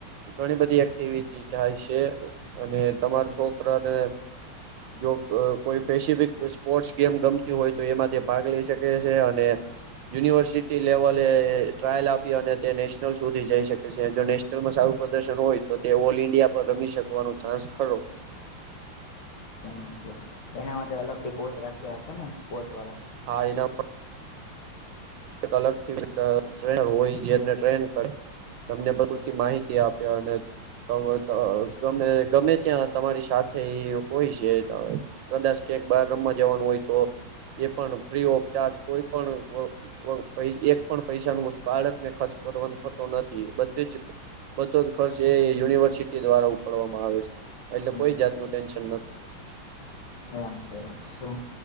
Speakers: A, on the right; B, on the left.
A: ઘણી બધી એક્ટિવિટી થાય અને તમાર છોકરાને જો અ કોઈ સ્પેસિફિક સ્પોર્ટ્સ ગેમ ગમતી હોય તો એમાં તે ભાગ લઈ શકે છે, અને યુનિવર્સિટી લેવલે ટ્રાયલ આપી અને તે નેશનલ સુધી જઈ શકે છે, જો નેશનલમાં સારું પ્રદર્શન હોય તો તે ઓલ ઇન્ડિયા પર રમી શકવાનો ચાન્સ ખરો.
B: હા. એના માટે અલગથી કોચ રાખ્ય હશે ને સ્પોર્ટ વાળા
A: હા એના અલગથી અ ટ્રેનર હોય જેને ટ્રેન તમને બધ માહિત તી આપે અને તમેતો ગમે ગમે ત્યાં તમારી સાથે ઈ હોય છે, કદાચ કે બાર રમા જવાનું હોય તો એ પણ ફ્રી ઓફ ચાર્જ કોઈ પણ વગ એક પણ પૈસાનુ વસ બાળકને ખર્ચ કરવાનો થતો નથી બધે જ બધો ખર્ચ એ યુનિવર્સિટી દ્વારા ઉપાડવામાં આવે છે, એટલે
B: હમ
A: કોઈ જાતનું ટેન્શન નથી
B: એમ છે, શું